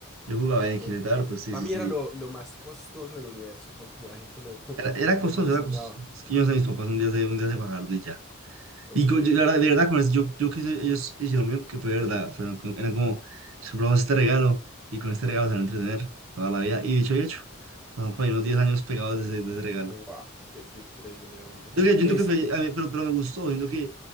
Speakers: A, on the right (about 75°); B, in the centre.
A: Yo jugaba
B: Sí,
A: en
B: Monkey
A: Kinect harto,
B: Island.
A: sí,
B: Para
A: sí,
B: mí
A: sí.
B: era lo, lo más costoso del universo por como la gente lo, <laughs>
A: Era, era
B: lo
A: costoso,
B: mencionaba.
A: era costoso. Es que yo no sé, mis
B: Sí,
A: papás un día se, un día se bajaron y ya.
B: ok.
A: Y co- yo, la verdad, de verdad, con eso, yo, yo que sé, ellos hicieron bien porque fue de verdad. Fueron, como- eran como, "Les compramos este regalo y con este regalo se van a entretener toda la vida. Y dicho y hecho, pasaron por
B: Dicho
A: ahí unos 10
B: y
A: años
B: hecho.
A: pegados de ese, de ese regalo.
B: Wow, qué, qué increíble, hombre.
A: Yo, que- yo siento
B: Es,
A: que fue, a mí- pero, pero me gustó. Siento que